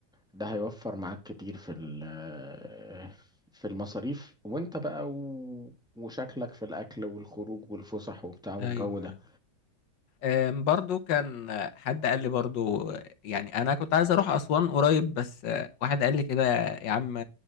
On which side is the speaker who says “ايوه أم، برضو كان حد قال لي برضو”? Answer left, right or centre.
Left